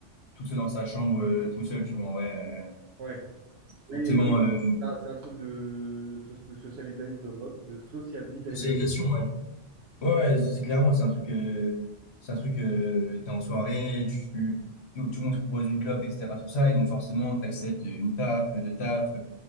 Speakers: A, on the left; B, on the right.
A: tout seul dans sa chambre, euh, tout seul, tu vois, en vrai. Euh,
B: Ouais. Oui,
A: forcément,
B: bah oui.
A: euh,
B: Ça, C'est un truc de, so- de socialisabil- de sociabilisation.
A: socialisation, ouais. Ouais, ouais, c'est clairement, c'est un truc, euh, c'est un truc, euh, t'es en soirée, tu, tout, tout le monde te propose une clope, etc. Tout ça, et donc forcément, t'acceptes une taf, deux taf.